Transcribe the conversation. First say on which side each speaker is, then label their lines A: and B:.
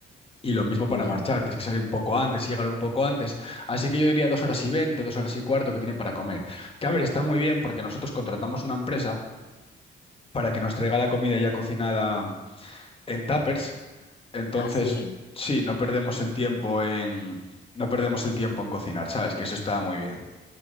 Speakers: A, on the left; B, on the left.
A: Y lo mismo para
B: Ya.
A: marchar, tienes que salir un poco antes y llegar un poco antes. Así que yo diría dos horas y veinte, dos horas y cuarto que tiene para comer. Que a ver, está muy bien porque nosotros contratamos una empresa para que nos traiga la comida ya cocinada en tuppers entonces,
B: Ah, sí.
A: sí, no perdemos el tiempo en, no perdemos el tiempo en cocinar, ¿sabes? Que eso está muy bien.